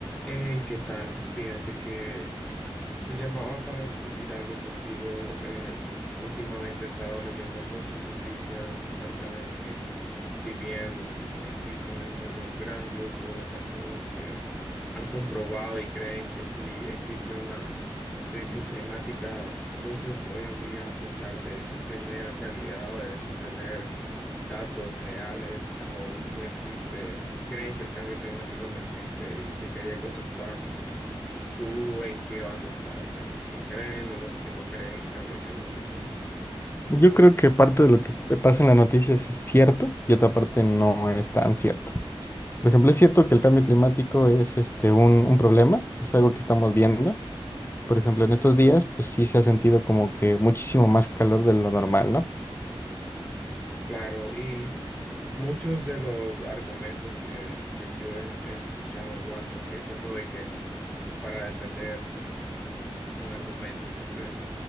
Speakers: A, in the centre; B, on the left.
A: Hey, ¿qué tal? Fíjate que te llamaba para discutir algo contigo. Eh, últimamente he estado leyendo muchas noticias acerca de que si bien existe en el mundo un gran grupo de personas que han comprobado y creen que sí existe una crisis climática, muchos hoy en día, a pesar de tener realidades y tener datos reales, aún no existe, creen que el cambio climático no existe y te quería consultar. ¿Tú en qué bando estás? ¿En los que creen o los que no creen en cambio climático?
B: Yo creo que parte de lo que pasa en las noticias es cierto y otra parte no es tan cierto. Por ejemplo, es cierto que el cambio climático es este, un, un problema, es algo que estamos viendo. Por ejemplo, en estos días, pues sí se ha sentido como que muchísimo más calor de lo normal, ¿no?
A: Claro, y muchos de los argumentos que, que yo he, he escuchado igual, porque siento de que para defender un argumento siempre es